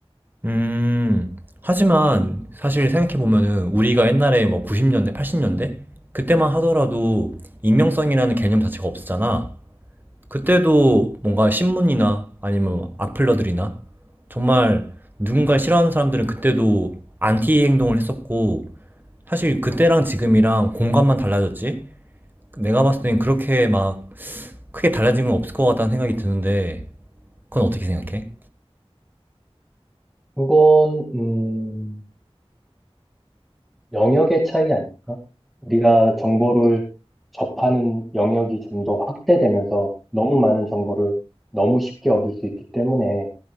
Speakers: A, on the right; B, in the centre.
A: 음, 하지만 사실 생각해보면은 우리가 옛날에 뭐 90년대, 80년대? 그때만 하더라도 익명성이라는 개념 자체가 없었잖아. 그때도 뭔가 신문이나 아니면 악플러들이나 정말 누군가 싫어하는 사람들은 그때도 안티 행동을 했었고 사실 그때랑 지금이랑 공간만 달라졌지 내가 봤을 땐 그렇게 막 크게 달라진 건 없을 것 같다는 생각이 드는데 그건 어떻게 생각해?
B: 그건, 음, 영역의 차이 아닐까? 우리가 정보를 접하는 영역이 좀 더 확대되면서 너무 많은 정보를 너무 쉽게 얻을 수 있기 때문에